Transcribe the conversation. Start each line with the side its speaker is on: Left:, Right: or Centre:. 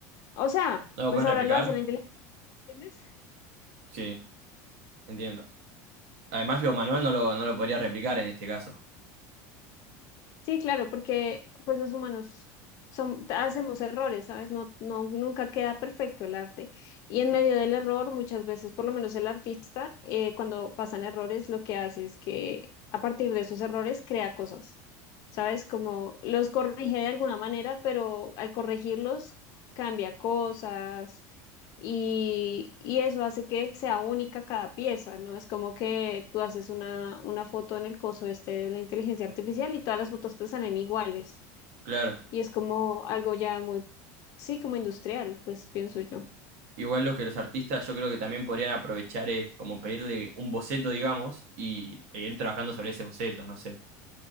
Left: o sea,
Right: ¿No lo
Left: pues
Right: pueden
Left: ahora
Right: replicar?
Left: lo hace la inteligencia, ¿entiendes?
Right: Sí, entiendo. Además, lo manual no lo, no lo podría replicar en este caso.
Left: Sí, claro, porque pues los humanos son, hacemos errores, ¿sabes? No, no, nunca queda perfecto el arte. Y en medio del error, muchas veces, por lo menos el artista, eh, cuando pasan errores, lo que hace es que a partir de esos errores crea cosas, ¿sabes? Como los corrige de alguna manera, pero al corregirlos cambia cosas y, y eso hace que sea única cada pieza, ¿no? Es como que tú haces una, una foto en el coso este de la inteligencia artificial y todas las fotos te salen iguales.
Right: Claro.
Left: Y es como algo ya muy, sí, como industrial, pues pienso yo.
Right: Igual lo que los artistas yo creo que también podrían aprovechar es como pedirle un boceto, digamos, y e ir trabajando sobre ese boceto, no sé.